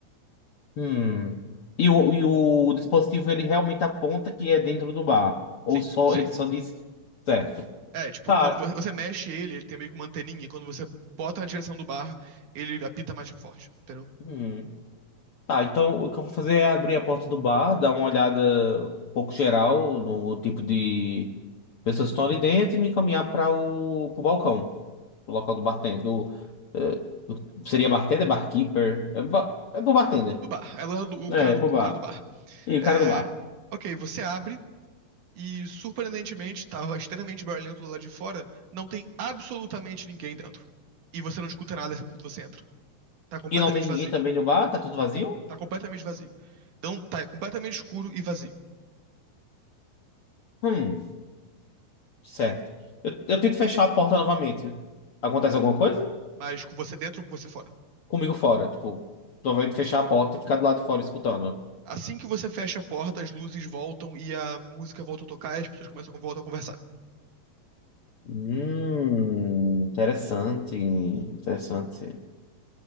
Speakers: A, on the left; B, on the right.
A: Hum. E o, e o dispositivo ele realmente aponta que é dentro do bar? Ou
B: Sim,
A: só
B: sim.
A: ele só diz certo?
B: É, tipo,
A: Tá.
B: quando vo- você mexe ele, ele tem meio que uma anteninha. Quando você bota na direção do bar, ele apita mais forte, entendeu?
A: Hum. Tá, então o que eu vou fazer é abrir a porta do bar, dar uma olhada um pouco geral no tipo de pessoas que estão ali dentro e me encaminhar para o pro balcão, o local do bartender. Do, eh, do- seria bartender, barkeeper? É, ba, é pro bartender.
B: Do bar. É lá do- o
A: É,
B: cara
A: é
B: do,
A: pro bar.
B: o cara do bar.
A: E o
B: É,
A: cara do bar?
B: ok, você abre e, surpreendentemente, estava extremamente barulhento do lado de fora. Não tem absolutamente ninguém dentro. E você não escuta nada quando você entra. Tá completamente
A: E não tem ninguém
B: vazio.
A: também no bar? Tá tudo vazio?
B: Tá completamente vazio. Não, tá completamente escuro e vazio.
A: Hum, certo. Eu, eu tento fechar a porta novamente. Acontece alguma coisa?
B: Mas com você dentro ou com você fora.
A: Comigo fora, tipo, novamente fechar a porta e ficar do lado de fora escutando.
B: Assim que você fecha a porta, as luzes voltam e a música volta a tocar e as pessoas começam a voltar a conversar.
A: Hum, interessante, interessante.